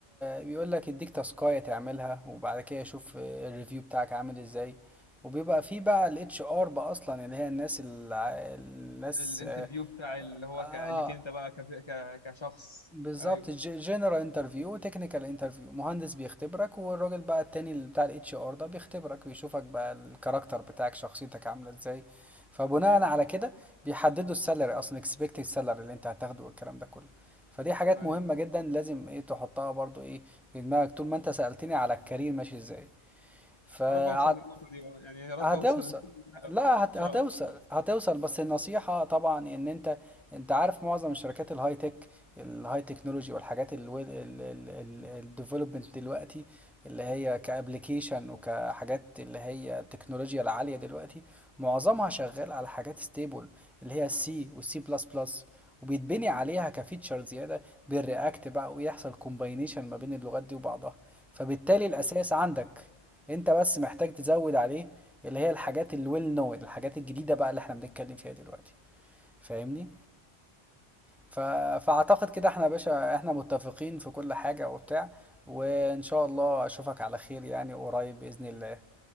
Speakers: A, in the centre; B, on the left.
A: بيقول لك يديك تاسكاية تعملها وبعد كده يشوف الريفيو بتاعك عامل ازاي وبيبقى فيه بقى الاتش ار بقى اصلا اللي هي الناس الع... الناس
B: الانترفيو
A: اه
B: بتاع اللي هو
A: آه،
B: ك... ليك انت بقى ك... ك... كشخص
A: بالظبط
B: ايوه
A: جنرال انترفيو وتكنيكال انترفيو مهندس بيختبرك والراجل بقى التاني اللي بتاع الاتش ار ده بيختبرك ويشوفك بقى الكاركتر بتاعك شخصيتك عامله ازاي فبناء على كده بيحددوا السالري اصلا اكسبكتد سالري اللي انت هتاخده والكلام ده كله فدي حاجات
B: ايوه
A: مهمه جدا لازم ايه تحطها برضو ايه في دماغك طول ما انت سألتني على الكارير ماشي ازاي فقعدت
B: يا رب اوصل للنقطه دي آه. يعني يا رب
A: هتوصل
B: اوصل <laughs> للنقطة
A: لا
B: دي. ان
A: هت...
B: شاء
A: هتوصل
B: الله
A: هتوصل بس النصيحة طبعا ان انت انت عارف معظم الشركات الهاي تك الهاي تكنولوجي والحاجات الديفلوبمنت دلوقتي اللي هي كابليكيشن وكحاجات اللي هي التكنولوجيا العالية دلوقتي معظمها شغال على حاجات ستيبل اللي هي السي والسي بلس بلس وبيتبني عليها كفيتشر زيادة بالرياكت بقى ويحصل كومباينيشن ما بين اللغات دي وبعضها فبالتالي الأساس عندك انت بس محتاج تزود عليه اللي هي الحاجات الويل نون الحاجات الجديدة بقى اللي احنا بنتكلم فيها دلوقتي فاهمني ف... فأعتقد كده احنا يا باشا احنا متفقين في كل حاجة وبتاع وإن شاء الله أشوفك على خير يعني قريب بإذن
B: صح
A: الله